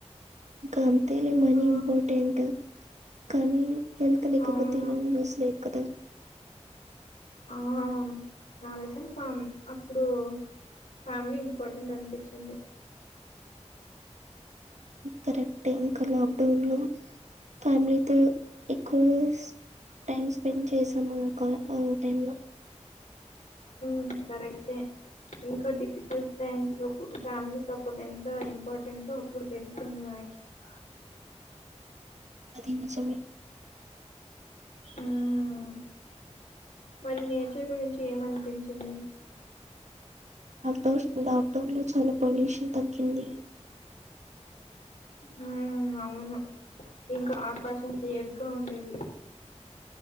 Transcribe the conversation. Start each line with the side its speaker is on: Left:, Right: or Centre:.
Right: ఇంక అంతేలి మనీ
Left: ఆ
Right: ఇంపార్టెంట్. కానీ హెల్త్ లేకపోతే
Left: అవును
Right: ఏం యూస్ లేదు కదా.
Left: ఆ లెసన్ అప్పుడు ఫ్యామిలీ ఇంపార్టెంట్ అనిపించింది.
Right: కరెక్టే ఇంకా లాక్డౌన్ లో ఫ్యామిలీతో ఎక్కువ టైమ్ స్పెండ్ చేసాము ఆ టైం లో
Left: మ్ కరెక్టే ఇంకా డిఫికల్ట్ టైమ్స్ లో ఫ్యామిలీ సపోర్ట్ ఎంత ఇంపార్టెంటో అప్పుడు తెలిసింది మాకు హ
Right: ఇది నిజమే
Left: హ్మ్ మరి నేచర్ గురించి ఏమ అనిపించింది?
Right: అంటే లాక్డౌన్ లో చాలా పొల్యూషన్ తగ్గింది.
Left: హ్మ్ అవును ఇంకా ఆకాశం క్లియర్గా ఉండేది.